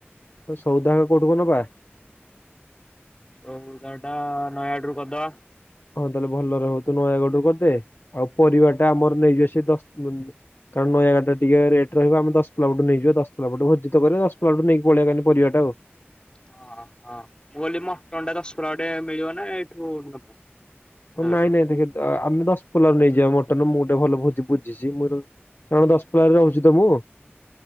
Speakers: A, on the left; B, on the left.
A: ସଉଦାଙ୍କ କୋଉଠୁ କ ନବା?
B: ସଉଦା ଟା ନୟାଗଡ଼ ରୁ କରିଦବା।
A: ହଁ ତାହେଲେ ଭଲରେ ହଵ ତୁ ନୟାଗଡରୁ କରିଦେ ଆଉ ପରିବା ଟା ଆମର ନେଇଯିବା ସେ ଦଶ ଅଁ କାରଣ ନୟାଗଡରେ ଟିକେ ରେଟ ରହିବ ଆମେ ଦଶପଲା ପଟୁ ନେଇଯିବା ଦଶପଲା ପଟୁ ଭୋଜି ତ କରିବା ଦଶପଲା ପଟୁ ନେଇକି ପଳେଇବା ଖାଲି ପରିବା ଟା ଆଉ।
B: ହଁ ହଁ ମୁଁ କହିଲି ମଟନଟା ଦଶପଲା ପଟେ ମିଳିବ ନା ଏଇଠୁ ନବା? ନୟାଗଡ଼ରୁ।
A: କ ନାଇଁ ନାଇଁ ଦେଖେ ଦ ଆମେ ଦଶପଲାରୁ ନେଇଯିବା ମ ମଟନ ମୁଁ ଗୋଟେ ଭଲ ଭୋଜି ବୁଝିଛି ମୋର କାରଣ ଦଶପଲା ରେ ରହୁଛି ତ ମୁଁ।